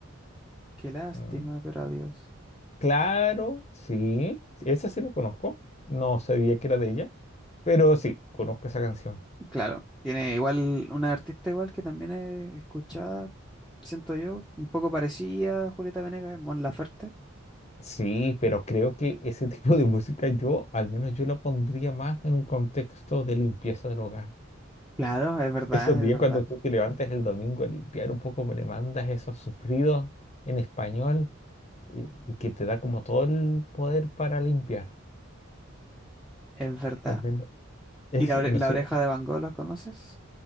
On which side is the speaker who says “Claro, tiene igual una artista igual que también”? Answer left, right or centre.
Centre